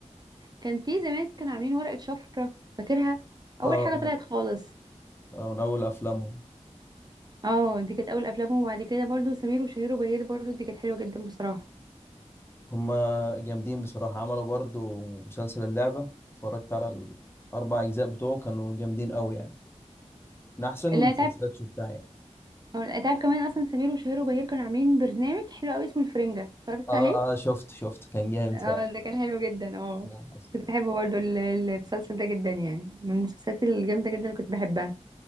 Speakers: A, on the right; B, on the left.
A: كان في زمان كانوا عاملين ورقة شفرة فاكرها أول
B: اه
A: حاجة طلعت خالص
B: آه، من أول أفلامهم
A: اه دي كانت أول أفلامهم وبعد كده برضو سمير وشهير وبهير برضو دي كانت حلوة جدا بصراحة
B: هما جامدين بصراحة عملوا برضو مسلسل اللعبة اتفرجت على الأربع أجزاء بتوعه كانوا جامدين أوي يعني من أحسن المسلسلات
A: لا تعب
B: شفتها يعني
A: آه، لا تعب كمان أصلا سمير وشهير وبهير كانوا عاملين برنامج حلو أوي اسمه الفرنجة اتفرجت
B: آه
A: عليه
B: آه شفت شفت كان جامد
A: اه
B: فعلا
A: ده كان حلو جدا اه
B: لا، حسن.
A: كنت بحبه برضو ال- المسلسل ده جدا يعني من المسلسلات الجامدة جدا اللي كنت بحبها